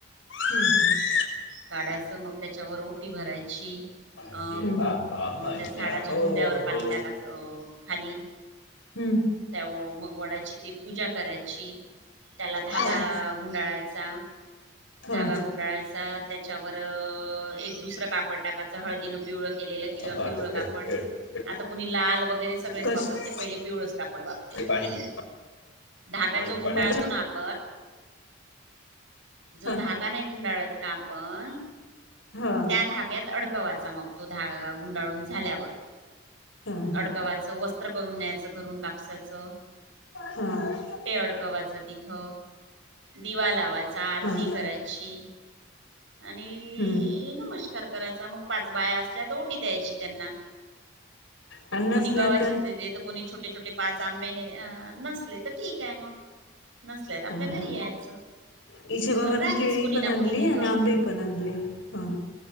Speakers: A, on the left (about 75°); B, on the right (about 70°).
A: हम हम
B: काढायचं मग त्याच्यावर ओटी भरायची
A: हम अरे
B: अ
A: बाबा मजा
B: त्या झाडाच्या
A: हो
B: बुंद्यावर पाणी
A: हो
B: टाकायचं खाली
A: हं,
B: त्या व मग वडाची ते पूजा करायची त्याला धागा
A: हां,
B: गुंडाळायचा
A: हां.
B: धागा गुंडाळायचा त्याच्यावर एक दुसरं कापड टाकायच पिवळं केलेलं किंवा
A: हां
B: पिवळं
A: आता खेळ
B: कापड
A: खेळ खेळ.
B: आता कोणी लाल वगैरे सगळेच
A: कशी?
B: वापरते पहिले पिवळच कापड वापरायचे
A: हे पाणी पी पाणी
B: धागा जो
A: पी
B: गुंडाळतो
A: पाणी.
B: ना आपण जो
A: हां,
B: धागा नाही गुंडाळत का आपण
A: हां,
B: त्या धाग्यात अडकवाचा मग तो धागा गुंडाळून झाल्यावर
A: हां, हां,
B: अडकवाचं वस्त्र करून न्यायचं घरून कापसाचं ते
A: हां,
B: अडकवाच तिथ दिवा लावाचा आरती
A: हां.
B: करायची आणि
A: हं
B: नमस्कार नवस्कार करायचा मग पाच बाया असल्या तर ओटी द्यायची त्यांना
A: आणि नसल्या
B: कोणी गावाचीच देते तर कोणी छोटे छोटे पाच आंबे ने नसले तर ठीक आहे मग नसले तर आपल्या
A: हा
B: घरी
A: हा
B: यायचं
A: हिच्या बाबान
B: पण राहतेच
A: केळी
B: कोणी
A: पण
B: ना
A: आणली
B: कोणी तिथं
A: आणि आंबे पण पण आणले. ह